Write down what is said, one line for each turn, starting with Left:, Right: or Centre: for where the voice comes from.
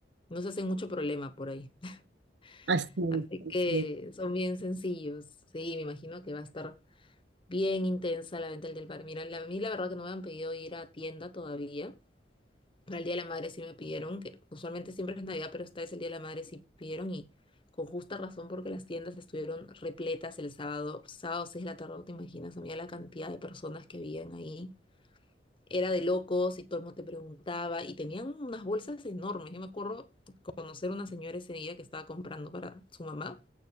Left: No se hacen mucho problema por ahí. <laughs>
Right: Así
Left: Así
Right: es, así
Left: que son bien sencillos. Sí, me imagino que va a estar bien intensa la venta del Día Del Par. Mira, la- a mí la verdad que no me han pedido ir a tienda todavía. Para el Día de la Madre sí me pidieron, que usualmente siempre es Navidad, pero esta vez el Día de la Madre sí pidieron y con justa razón porque las tiendas estuvieron repletas el sábado, sábado 6 de la tarde, no te imaginas, a mí la cantidad de personas que habían ahí. era de locos y todo el mundo te preguntaba y tenían unas bolsas enormes. Yo me acuerdo conocer una señora ese día que estaba comprando para su mamá,